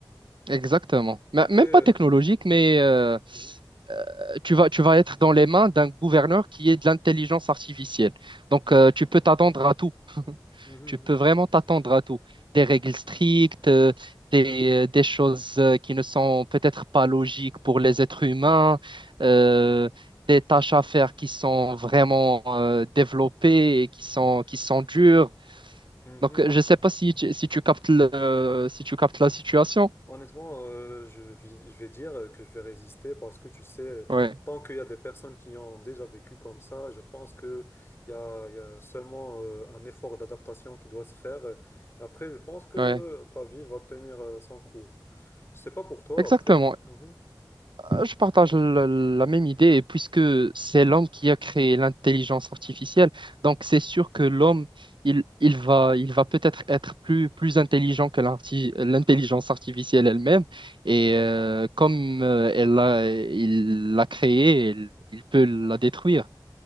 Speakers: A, on the right (about 75°); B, on the left (about 30°).
A: Exactement. Mais-
B: Après.
A: Même
B: euh,
A: pas technologique, mais euh,
B: mhm,
A: euh, tu vas, tu vas être dans les mains d'un gouverneur qui est de l'intelligence artificielle. Donc, euh, tu peux t'attendre à tout. <laughs>
B: mhm,
A: Tu peux vraiment t'attendre à tout. Des règles strictes, euh, des, euh, des choses euh, qui ne sont peut-être pas logiques pour les êtres humains, euh, des tâches à faire qui sont vraiment euh, développées et qui sont, qui sont dures.
B: mhm.
A: Donc, je
B: Mhm.
A: ne sais pas si tu, si tu captes le, si tu captes la situation.
B: Honnêtement, euh, je, vi- je vais dire euh, que je vais résister parce que tu sais,
A: Ouais,
B: tant qu'il y a des personnes qui ont déjà vécu comme ça, je pense que il y a, il y a seulement euh, un effort d'adaptation qui doit se faire. Et après, je pense que
A: ouais,
B: la vie va tenir euh, son cours. Je sais pas pour toi
A: exactement.
B: après. Mhm.
A: Euh, Je partage la, la même idée, et puisque c'est l'homme qui a créé l'intelligence artificielle, donc c'est sûr que l'homme, il, il va, il va peut-être être plus, plus intelligent que l'arti- l'intelligence artificielle elle-même, et euh, comme euh, elle l'a, il l'a créée, il, il peut la détruire.